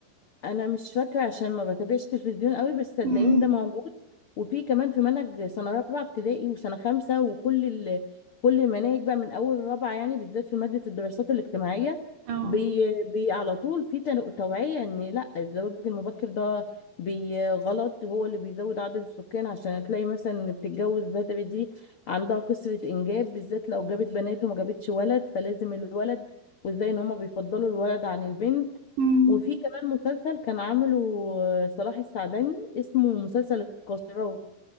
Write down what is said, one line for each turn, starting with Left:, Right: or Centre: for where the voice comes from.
Left: انا مش فاكره عشان ما بتابعش تلفزيون قوي بس صدقيني
Right: مم.
Left: ده موجود وفي كمان في منهج سنه رابعه ابتدائي وسنه خمسه وكل ال... كل المناهج بقى من اول رابعه يعني بالذات في ماده الدراسات الاجتماعيه
Right: أه
Left: بي... بي على طول في تنو- توعيه ان لا الزواج المبكر ده بي غلط هو اللي بيزود عدد السكان عشان تلاقي مثلا اللي بتتجوز بدري دي عندها كثره انجاب بالذات لو جابت بنات وما جابتش ولد فلازم الولد وازاي ان هما بيفضلوا الولد عن البنت
Right: مم.
Left: وفي كمان مسلسل كان عامله آه، صلاح السعدني اسمه مسلسل القاصرات